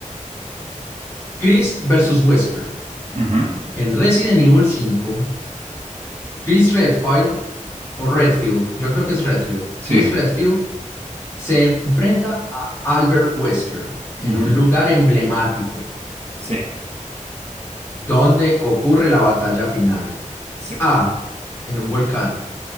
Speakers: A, on the left; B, on the right.
A: Chris versus Wesker.
B: Ujú,
A: En Resident Evil cinco. Chris Redfield o Redfield, yo creo que es Redfield.
B: Sí,
A: Chris Redfield Se enfrenta a Albert Wesker en
B: ujú,
A: un lugar emblemático
B: sí,
A: donde ocurre la batalla final.
B: sí.
A: A. En un volcán.